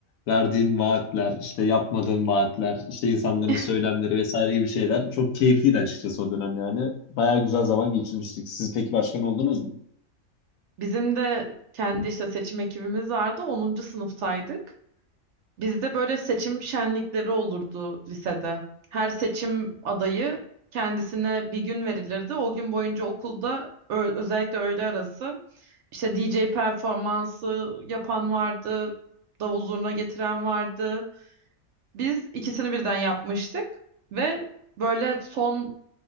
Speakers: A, on the left; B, on the right.
A: verdiğin vaatler, işte yapmadığın vaatler, işte insanların
B: <laughs>
A: söylemleri vesaire gibi şeyler çok keyifliydi açıkçası o dönem yani. Bayağı güzel zaman geçirmiştik. Siz peki başkan oldunuz mu?
B: Bizim de kendi işte seçim ekibimiz vardı. onuncu sınıftaydık. Bizde böyle seçim şenlikleri olurdu lisede. Her seçim adayı kendisine bir gün verilirdi. O gün boyunca okulda ö- özellikle öğle arası işte DJ performansı yapan vardı, davul zurna getiren vardı. Biz ikisini birden yapmıştık ve böyle son